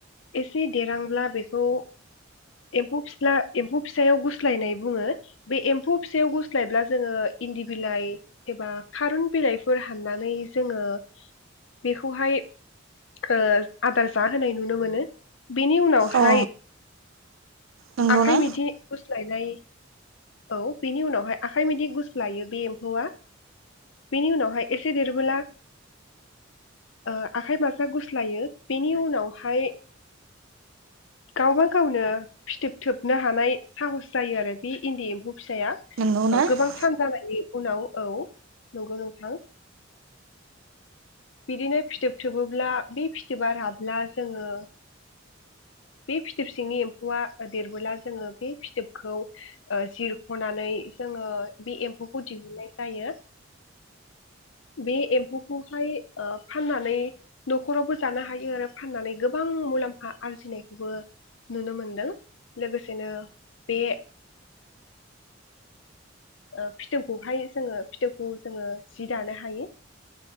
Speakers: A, on the left; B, on the right.
A: एसे देरहांब्ला बेखौ एम्फौ फिस्ला एम्फौ फिसायाव गुस्लायनाय बुङो बे एम्फौ फिसायाव गुस्लायब्ला जोङो इन्दि बिलाइ एबा खारुन बिलाइफोर हाननानै जोङो बेखौहाय ओ आदार जाहोनाय नुनो मोनो बेनि उनावहाय
B: अ नंगौना
A: आखाइ बिदि गुस्लायनाय औ बेनि उनावहाय आखाइ बायदि गुस्लायो बे एम्फौआ बेनि उनावहाय एसे देरबोला ओ आखाइ <unintelligible> गुस्लायो बेनि उनावहाय गावबा गावनो फिथोब थोबनो हानाय साहस जायो आरो बे इन्दि एम्फौ फिसाया
B: नंगौना अ
A: गोबां सान जानायनि उनाव औ नंगौ नोंथां बिदिनो फिथोब थोबोब्ला बे फिथोबा राब्ला जोङो बे फिथोब सिंनि एम्फौआ देरबोला जोङो बे फिथोबखौ ओ जिरख'नानै जोङो बे एम्फौखौ दिहुननाय जायो बे एम्फौखौहाय ओ फाननानै न'खरावबो जानो हायो आरो फाननानै गोबां मुलाम्फा आरजिनायखौबो नुनो मोनदों लोगोसेनो बे ओ फिथोबखौहाय जोङो फिथोबखौ जोङो जि दानो हायो।